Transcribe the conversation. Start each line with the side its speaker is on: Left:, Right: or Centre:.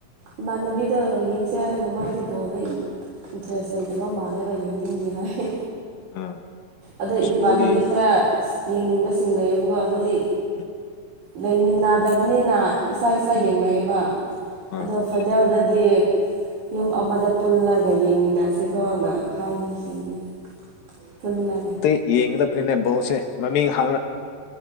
Right: ꯏꯃꯥꯟꯅꯕꯤꯗ ꯌꯦꯡꯁꯦ ꯍꯥꯏꯔꯒ ꯃꯥꯗꯤ ꯕꯣꯜꯗ ꯏꯟꯇ꯭ꯔꯦꯁ ꯂꯩꯇꯕ ꯃꯥꯜꯂꯦꯕ ꯌꯦꯡꯅꯤꯡꯗꯦ ꯍꯥꯏ
Left: ꯑꯥ
Right: ꯑꯗꯣ ꯏꯃꯥꯟꯅꯕꯤ
Left: ꯕꯣꯜ ꯌꯦꯡ
Right: ꯈꯔ ꯌꯦꯡꯅꯤꯡꯕꯁꯤꯡ ꯂꯩꯌꯦꯕꯀꯣ ꯑꯗꯨꯗꯤ
Left: ꯎꯝ
Right: ꯂꯩꯃꯤꯟꯅꯗꯕꯅꯤꯅ ꯏꯁꯥ ꯏꯁꯥ
Left: ꯎꯝ
Right: ꯌꯦꯡꯅꯩꯌꯦꯕ
Left: ꯑꯥ
Right: ꯑꯗꯣ ꯐꯥꯏꯅꯦꯜꯗꯗꯤ ꯌꯨꯝ ꯑꯃꯗ ꯄꯨꯜꯂꯒ ꯌꯦꯡꯃꯤꯟꯅꯁꯤꯀꯣꯅ ꯍꯥꯏꯕꯤꯈꯤꯕꯅꯤ ꯄꯨꯜꯂ
Left: ꯌꯦꯡꯕꯗ ꯐ꯭ꯔꯤꯅꯦ ꯕꯣꯠꯁꯦ ꯃꯃꯤꯡ ꯍꯥꯡꯂ